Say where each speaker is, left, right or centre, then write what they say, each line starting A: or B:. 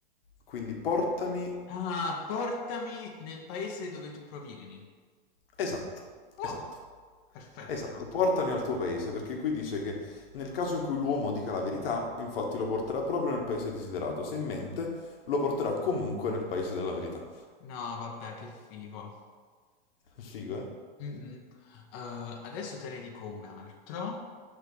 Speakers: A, on the left; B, on the left.
A: Quindi portami.
B: Ah, portami nel paese dove tu provieni.
A: Esatto,
B: Oh,
A: esatto.
B: perfetto.
A: Esatto, portami al tuo paese, perché qui dice che nel caso in cui l'uomo dica la verità, infatti lo porterà proprio nel paese desiderato, se mente lo porterà comunque nel paese della verità.
B: No, vabbè, che figo.
A: Figo, eh?
B: Mm-mm. Eh, adesso te ne dico un altro,